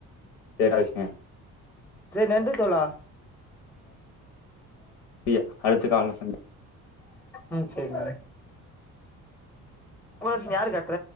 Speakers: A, on the left; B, in the centre.
A: தெரா விஷ்ணு
B: சரி நன்றி தோழா
A: லி அடுத்த கால்ல சந்
B: ம் சரிங்க <inaudible> யாரு கட்ற